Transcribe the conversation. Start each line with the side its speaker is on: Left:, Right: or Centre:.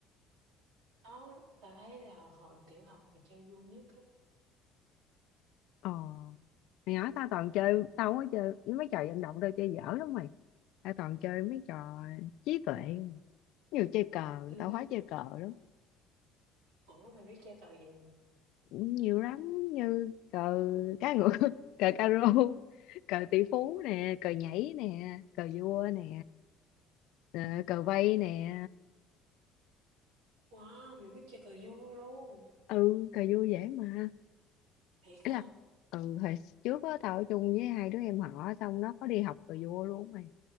Right: Đó, tao thấy là hồi tiểu học mà chơi vui nhất á.
Left: ờ mày nói tao toàn chơi tao không có chơi mấy trò vận động tao chơi dở lắm mày tao toàn chơi mấy trò trí tuệ nhiều chơi cờ
Right: Ừ.
Left: tao khoái chơi cờ lắm
Right: Ủa mày biết chơi cờ gì?
Left: nhiều lắm như cờ cá ngựa <laughs> cờ caro cờ tỷ phú nè cờ nhảy nè cờ vua nè ờ, cờ vây nè
Right: Wow, mày biết chơi cờ vua luôn.
Left: ừ cờ vua dễ mà
Right: Thiệt
Left: ý
Right: hả?
Left: là ừ hồi trước á tao ở chung với hai đứa em họ xong nó có đi học cờ vua luôn mày